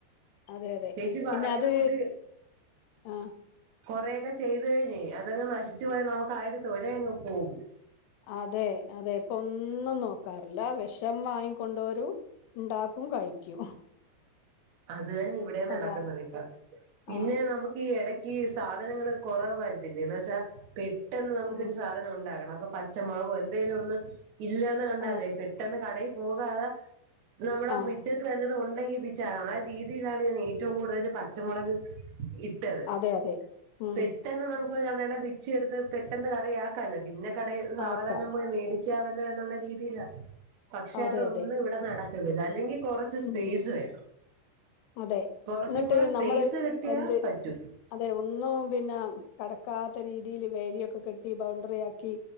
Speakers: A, on the left; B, on the right.
A: അതെ അതെ.
B: ചേച്ചി പറഞ്ഞത്
A: പിന്നെ അത്
B: കൂട്ട്
A: ആ
B: കൊറേയൊക്കെ ചെയ്ത് കഴിഞ്ഞെ അതങ്ങ് നശിച്ചു പോയാ നമുക്ക് ആ ഒരു തൊര അങ്ങ് പോകും
A: അതെ അതെ ഇപ്പം ഒന്നും നോക്കാറില്ല വെഷം വാങ്ങികൊണ്ടോരു ഉണ്ടാക്കും കഴിക്കും
B: അത് തന്നെ ഇവിടെ നടക്കുന്നത്
A: അതാണ്.
B: ഇപ്പം. പിന്നെ
A: ആ.
B: നമുക്ക് ഈ എടക്ക് ക്കീ സാധനങ്ങള് കൊറവായിരുത്തില്ലേ. എന്ന് വെച്ചാ പെട്ടെന്ന് നമുക്കൊരു
A: ഉം.
B: സാധനം ഉണ്ടാകണം അപ്പൊ പ പച്ചമുളകോ എന്തേലും ഒന്ന് ഇല്ലന്ന് കണ്ടാലേ
A: ആ.
B: പെട്ടെന്ന് കടയി പോകാതെ നമ്മുടെ
A: ആ.
B: മിറ്റത്ത് തന്നെ അത് ഉണ്ടെങ്കി <unintelligible> ആ രീതിയിലാണ് ഞാൻ ഏറ്റവും കൂടുതല് പച്ചമുളക് ഇട്ടത്
A: അതെ അതെ. ഉം.
B: പെട്ടെന്ന് നമുക്ക് <unintelligible> പിച്ചി എടുത്ത് പെട്ടെന്ന് കറിയാക്കാല്ലോ. പിന്നെ കട സാവധാന
A: ആക്ക.
B: പോയി മേടി ക്കാ <unintelligible> ല്ലോ എന്നുള്ള രീതിയില. പക്ഷെ
A: അതെ
B: അതൊന്നും
A: അതെ.
B: ഇവടെ നടക്കുന്നില്ല അല്ലെങ്കി കൊറച്ച് ച്ച് സ്പെയ്സ്
A: ഉം.
B: വേണം
A: അതെ
B: കുറച്ചും
A: ഇന്നട്ട്
B: കൂടെ സ്പേസ്
A: നമ്മള്
B: കിട്ടിയാ
A: എന്ത്
B: പറ്റും
A: അതെ. ഒന്നും പിന്നെ കടക്കാത്ത രീതിൽ വേല്യൊക്കെ കെട്ടി ബൗണ്ടറി ആക്കി